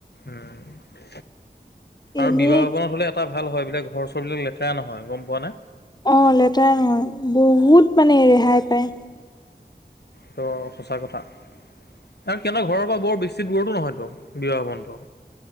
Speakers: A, on the left (about 80°); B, on the left (about 25°).
A: উম
B: এনেই
A: আৰু বিবাহৱনত হলে এটা ভাল হয় বিলাক খৰচৰবলাক লেখাই নহয় গম পোৱা নাই
B: অ লেতেৰা নহয় বহুত মানে ৰেহাই পায়
A: তটো সঁচা কথা আৰু সিহতৰ ঘৰৰ পৰা বৰ বেছি দূুৰৰতো নহয়তো বিবাহ বনটো